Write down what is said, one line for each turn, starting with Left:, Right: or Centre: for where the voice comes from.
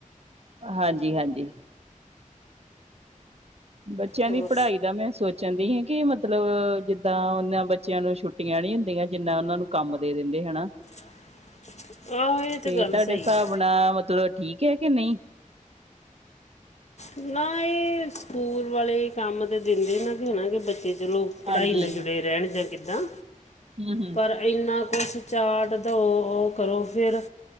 Right: ਹਾਂਜੀ ਹਾਂਜੀ ਬੱਚਿਆਂ
Left: ਹੋਰ
Right: ਦੀ ਪੜ੍ਹਾਈ ਦਾ ਮੈਂ ਸੋਚ ਸੋਚਦੀ ਸੀ ਕਿ ਮਤਲਬ ਜਿੱਦਾਂ ਉਹਨਾਂ ਬੱਚਿਆਂ ਨੂੰ ਛੁੱਟੀਆਂ ਨਹੀਂ ਹੁੰਦੀਆਂ ਜਿੰਨਾ ਉਹਨਾਂ ਨੂੰ ਕੰਮ ਦੇ ਦਿੰਦੇ ਹਨਾ
Left: <inaudible> ਇਹ
Right: ਤੇ
Left: ਗੱਲ
Right: ਤੁਹਾਡੇ
Left: ਸਹੀ
Right: ਹਿਸਾਬ
Left: ਹੈ
Right: ਨਾਲ ਮਤਲਬ ਠੀਕ ਹੈ ਕੇ ਨਹੀਂ
Left: ਨਹੀਂ ਸਕੂਲ ਵਾਲੇ ਕੰਮ ਤੇ ਦਿੰਦੇ ਨਾ ਕਿ ਬੱਚੇ ਚਲੋ ਪੜ੍ਹਾਈ
Right: ਹਾਂਜੀ
Left: ਨਾਲ ਜੁੜੇ ਰਹਿਣ ਜਾਂ ਕਿੱਦਾਂ
Right: ਹਮ ਹਮ
Left: ਪਰ ਇੰਨਾ ਕੁਛ ਚਾਟ ਦੋ ਉਹ ਕਰੋ ਫਿਰ